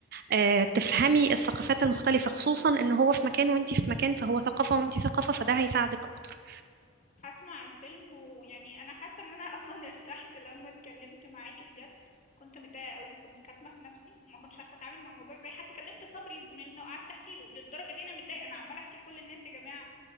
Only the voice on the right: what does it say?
آه، تفهمي الثقافات المختلفة خصوصا ان هو في مكان وانت في مكان فهو ثقافة وانت ثقافة فده هيساعدك اكتر